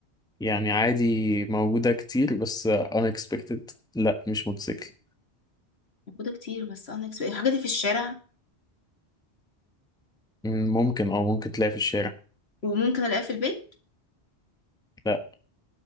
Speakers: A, in the centre; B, on the left.
A: يعني عادي موجودة كتير بس unexpected لا مش موتوسيكل
B: موجوده كتير بس انا اكسب الحاجه دي في الشارع
A: مم، ممكن اه ممكن تلاقي في الشارع
B: وممكن الاقيها في البيت
A: لا